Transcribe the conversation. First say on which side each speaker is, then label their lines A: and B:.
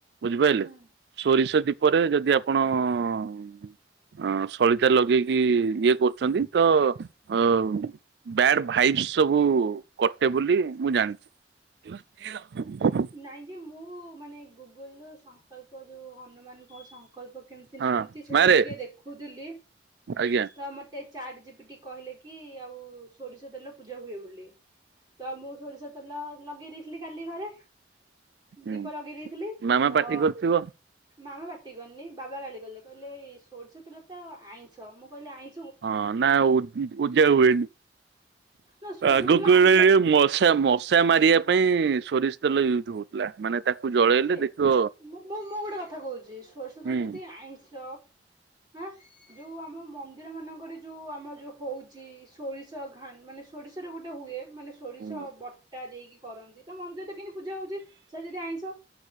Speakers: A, on the right; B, on the right.
A: ବୁଝିପାଇଲେ
B: ହୁଁ।
A: ସୋରିଷ ଦୀପରେ ଯଦି ଆପଣ ଉଁ ଆଁ ସଳିତା ଲଗେଇକି ଇଏ କରୁଛନ୍ତି ତ ଅ ଉଁ ବ୍ୟାଡ ଭାଇବ୍ସ ସବୁ କଟେ ବୋଲି ମୁଁ ଜାଣିଛି <inaudible>
B: ନାଇଁ ଯେ ମୁଁ ମାନେ ଗୁଗୁଲଲୁ ସଂକଳ୍ପ ଯୋଉ ହନୁମାନଙ୍କ ସଂକଳ୍ପ କେମ ତି
A: ହଁ
B: ନିଅନ୍ତି ସେଇଟା
A: ମାରେ
B: ଟିକେ ଦେଖୁଥିଲି।
A: ଆଜ୍ଞା
B: ତ ମତେ ଚାଟଜିପିଟି କହିଲେ କି ଆଉ ସୋରିଷ ତେଲ ପୂଜା ହୁଏ ବୋଲି। ତ ମୁଁ ସୋରିଷ ତେଲ ଲଗେଇ ଦେଇଥିଲି କାଲି ଘରେ।
A: ହୁଁ
B: ଦୀପ ଲଗେଇ ଦେଇଥିଲି
A: ମାମା
B: ତ
A: ପାଟି କରୁଥିବ
B: ମାମା ପାଟି କରିନି ବାବା ଗାଳି ଗଲେ କହିଲେ ଏଇ ସୋଡିଷ ତେଲ ତ ଆଇଁଷ ମୁଁ କହିଲି ଆଇଁ
A: ହଁ ନା ଉଦ୍ ଉଦ୍ ଉଜା ହୁଏନି
B: ନା ସୋରିଷ
A: ଆଗୁକୁ
B: ତେଲ
A: <unintelligible>
B: ଆଇଁଷ
A: ମସ୍ ଛା ମଶା ମାରିଆ ପାଇଁ ସୋରିଷ ତେଲ ୟୁଜ୍ ହଉଥିଲା ମାନେ ତାକୁ ଜଳେଇଲେ
B: ହଁ ଯେ
A: ଦେଖିବ
B: ମୁଁ ମୁଁ ମୁଁ ଗୋଟେ କଥା କହୁଚି ସୋରଷ
A: ହୁଁ
B: ତେଲ ଯଦି ଆଇଁଷ ହାଁ ଯୋଉ ଆମ ମନ୍ଦିରମାନଙ୍କରେ ଯୋଉ ଆମ ଯୋଉ ହଉଚି ସୋରିଷ ଘାନ୍ ମାନେ ସୋରିଷରେ ଗୋଟେ ହୁଏ। ମାନେ ସୋରିଷ
A: ହୁଁ
B: ବଟା ଦେଇକି କରନ୍ତି ତ ମନ୍ଦିରରେ ତ କେନ୍ତି ପୂଜା ହଉଚି ସେଟା ଯଦି ଆଇଁଷ।